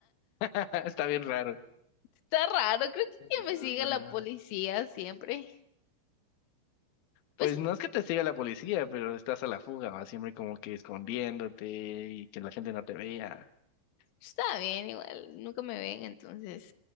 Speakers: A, on the left (about 65°); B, on the left (about 85°).
A: <laughs> Está bien raro.
B: Está raro, creo que
A: <laughs>
B: que me sigue la policía siempre.
A: Pues
B: Pues
A: no es que te siga la policía, pero estás a la fuga, ¿va? Siempre como que escondiéndote y que la gente no te vea.
B: está bien, igual, nunca me ven, entonces.